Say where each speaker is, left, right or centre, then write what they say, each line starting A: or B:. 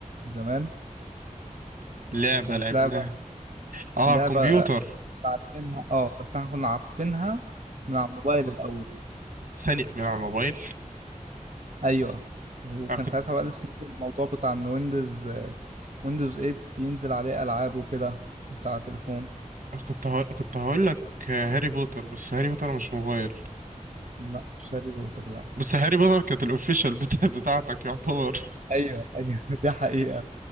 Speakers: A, on the right; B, on the right.
A: زمان
B: لعبه
A: كانت
B: لعبناها
A: لعبه
B: اه
A: لعبه
B: كمبيوتر
A: عارفينها اه بس احنا كنا عارفينها من على الموبايل الاول
B: ثانية من على الموبايل
A: ايوه وكان
B: أنا كنت
A: ساعتها بقى لسه نازل الموضوع بتاع ان ويندوز ويندوز 8 ينزل عليه العاب وكده بتاع تليفون
B: كنت هقول- كنت هقول لك هاري بوتر بس هاري بوتر مش موبايل
A: لا مش هاري بوتر لا
B: بس هاري بوتر كانت الاوفيشال بتاع بتاعتك يعتبر
A: ايوه ايوه <laughs> دي حقيقة